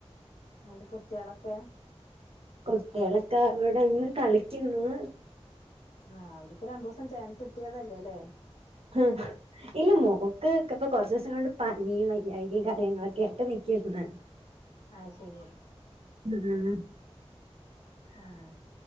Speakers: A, on the left (about 85°); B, on the right (about 60°).
A: മോന്റെ കുട്ട്യോളൊക്കെ.
B: കുട്ടികളൊക്കെ ഇവിടെ ഇന്ന് കളിക്കുന്നു.
A: ആഹ് അവര്ക്ക് രണ്ടുസം ചാൻസ് കിട്ടിയതല്ലേ അല്ലേ.
B: ഹ് ഇല്ല മോക്ക്. പ്പൊ കുറച്ചൂസം കൊണ്ട് പനിയും വയ്യായികയും കാര്യങ്ങളൊക്കെ ആട്ട് നക്കുന്ന്.
A: അ ശരി.
B: ഉം <unintelligible>
A: ആഹ്